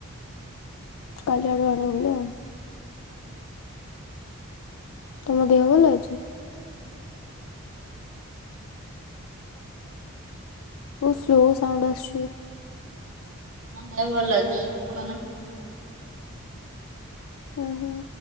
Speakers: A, on the left (about 70°); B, on the right (about 70°).
A: କାଲି ଆଡୁ ଆଣିବୁ ବୋଲି ଆଉ। ତମ ଦେହ ଭଲ ଅଛି? ବହୁତ୍ ସ୍ଲୋ ସାଉଣ୍ଡ ଆସୁଛି।
B: ହଁ ଦେହ ଭଲ ଅଛି, କହୁନ।
A: ହୁଁ-ହୁଁ,